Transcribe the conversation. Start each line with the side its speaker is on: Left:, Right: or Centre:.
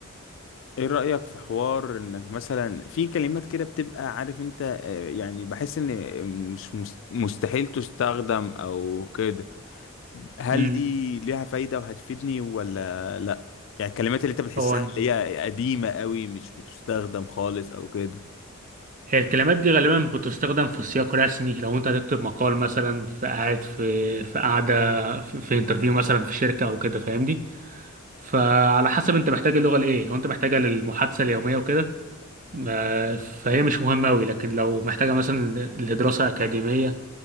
Left: ايه رأيك في حوار انك مثلا في كلمات كده بتبقى عارف انت آه، يعني بحس ان مش مس- مستحيل تستخدم او كده هل
Right: مم.
Left: دي ليها فايدة وهتفيدني ولا لا يعني الكلمات اللي انت بتحسها
Right: هو
Left: اللي هي قديمة قوي مش بتستخدم خالص او كده
Right: هي الكلمات دي غالبا بتستخدم في سياق رسمي لو انت هتكتب مقال مثلا في قاعد في في قاعده في, في انترفيو مثلا في شركه او كده فاهمني فعلى حسب انت محتاج اللغه لايه لو انت محتاجها للمحادثه اليوميه وكده ما- فهي مش مهمه قوي لكن لو محتاجه مثلا لدراسه اكاديميه